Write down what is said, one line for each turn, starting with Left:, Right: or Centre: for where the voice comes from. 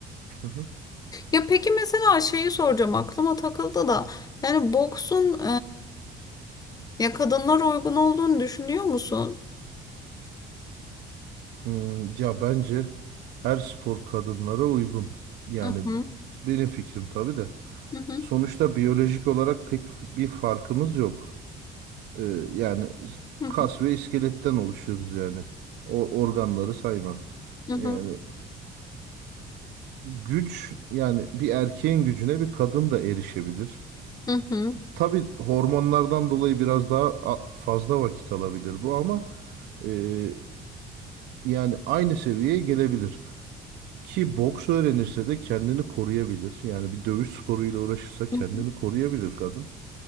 Right: Hı hı.
Left: Ya peki mesela şeyi soracağım aklıma takıldı da yani boksun e, ya kadınlara uygun olduğunu düşünüyor musun?
Right: Hmm, ya bence her spor kadınlara uygun. Yani
Left: Hı hı.
Right: benim fikrim tabii de.
Left: Hı hı.
Right: Sonuçta biyolojik olarak pek f- bir farkımız yok. Ee, yani
Left: Hı hı.
Right: kas ve iskeletten oluşuyoruz yani. O organları sayma.
Left: Hı hı.
Right: Yani güç yani bir erkeğin gücüne bir kadın da erişebilir.
Left: Hı hı.
Right: Tabii hormonlardan dolayı biraz daha a- fazla vakit alabilir bu ama e, yani aynı seviyeye gelebilir. Ki boks öğrenirse de kendini koruyabilir. Yani bir dövüş sporuyla uğraşırsa kendini
Left: Hı hı.
Right: koruyabilir kadın.